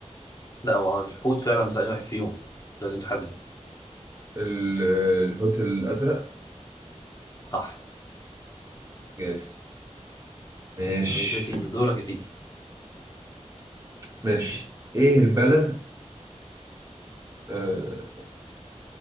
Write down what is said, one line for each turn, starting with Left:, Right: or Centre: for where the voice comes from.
Left: لا هو الحوت فعلا بس أنهي واحد فيهم لازم تحدد
Right: ال... الحوت الأزرق
Left: صح
Right: جامد ماشي
Left: ماشي يا سيدي دورك يا سيدي
Right: ماشي ايه البلد آه...